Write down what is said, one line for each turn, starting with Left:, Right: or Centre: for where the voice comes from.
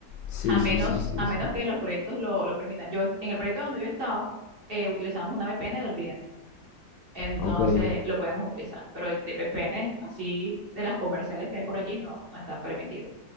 Left: Sí,
Right: a menos,
Left: sí, sí, sí,
Right: a menos
Left: sí.
Right: que los proyectos lo, lo permitan. Yo, en el proyecto donde yo estaba, eh, utilizamos una VPN del cliente. Entonces
Left: Ok,
Right: lo podíamos utilizar, pero de VPN, así de las comerciales que hay por allí, no, no está permitido